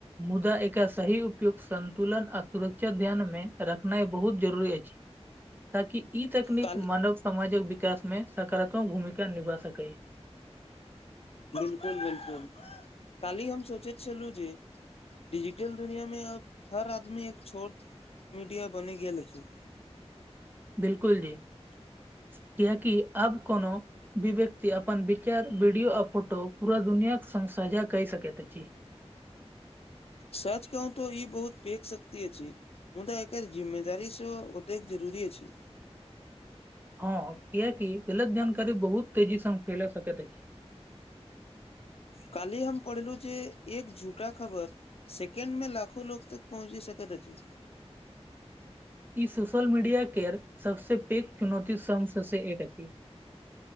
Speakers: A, on the right (about 20°); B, on the left (about 60°).
A: मुदा एकर सही उपयोग संन्तुलन आ सुरक्षा ध्यान मे रखनाइ बहुत जरूरी अछि। ताकि ई तकनीक
B: काल
A: मानव समाजक विकास में सकारात्मक भूमिका निभा सकै।
B: बिलकुल बिलकुल कालहि हम सोचैत छलहुँ जे डिजिटल दुनिया में अब हर आदमी एक छोट मीडिया बनि गेल अछि।
A: बिलकुल जी कियकि अब कोनो भी विव्यक्त अपन विचार वडियो आर फोटो पूरा दुनियाक संग साजा कहि सकैत अछि।
B: सच कहू तऽ ई बहुत पेक शक्ति अछि। मुदा एकर जिम्ममेदारी सेहो ओतेक जरुरी अछि।
A: हँ कियाकि गलत जानकारी बहुत तेजी स फैल सकैत अछि।
B: कालहि हम पढ़लु जे एक झूठा खबर सेकेंड में लाखो लोग तक पहुँची सकैत अछि।
A: ई सोशल मीडिया केर सबसँ पैघ चुनौती शसँ एक अछि।